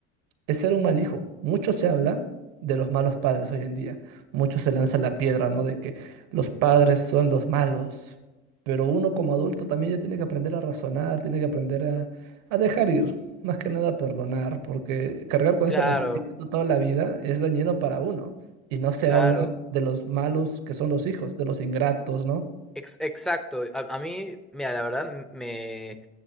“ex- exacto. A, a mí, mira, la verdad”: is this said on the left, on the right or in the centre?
Centre